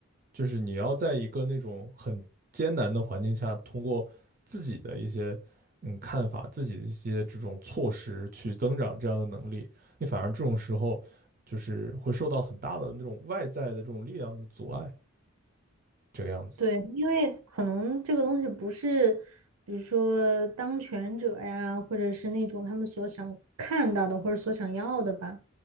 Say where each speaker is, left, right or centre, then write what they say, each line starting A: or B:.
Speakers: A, on the right (about 40°); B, on the right (about 85°).
A: 就是你要在一个那种很艰难的环境下，通过自己的一些嗯看法、自己的一些这种措施去增长这样的能力，你反而这种时候就是会受到很大的那种外在的这种力量的阻碍，这个样子。
B: 对，因为可能这个东西不是，比如说当权者呀，或者是那种他们所想看到的或者所想要的吧，